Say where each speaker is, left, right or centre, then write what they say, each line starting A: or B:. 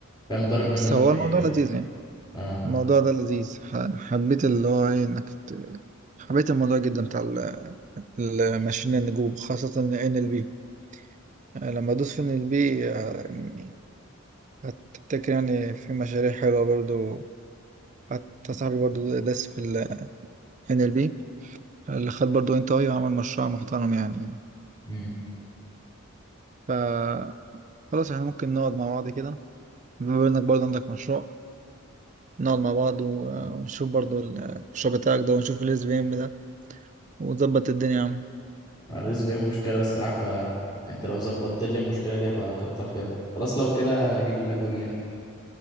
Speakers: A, on the left; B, on the right.
A: فاهم ضارب منه
B: بس
A: شوية
B: هو الموضوع
A: كده
B: لذيذ يعني
A: اه
B: الموضوع ده لذيذ ح- حبيت اللي هو ايه انك ت- حبيت الموضوع جدا بتاع ال- الماشين النجوم خاصة ان ال بي لما ادوس في ان ال بي يعني هتفتكر يعني في مشاريع حلوة برضو حتى صاحبي برضو داس في ال ان ال بي اللي خد برضو انت اي وعمل مشروع محترم يعني
A: امم
B: ف خلاص احنا ممكن نقعد مع بعض كده بما انك برضو عندك مشروع نقعد مع بعض و- ونشوف برضو ال- المشروع بتاعك ده ونشوف الاس بي ام وظبط الدنيا يا عم
A: الرزق فيه مشكلة الصراحة فانت لو ظبطت لي المشكلة دي هبقى كتر خيرك خلاص لو كده اجيب اللاب واجيلك